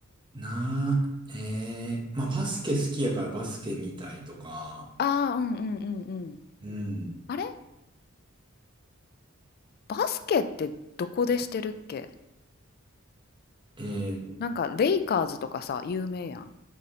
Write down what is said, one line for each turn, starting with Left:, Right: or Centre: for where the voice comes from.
Right: なー、ええまあ、バスケ好きやからバスケ見たいとか、
Left: ああ、うんうんうんうん。
Right: うん。
Left: あれバスケってどこでしてるっけ
Right: えー、
Left: なんか、レイカーズとかさ、有名やん。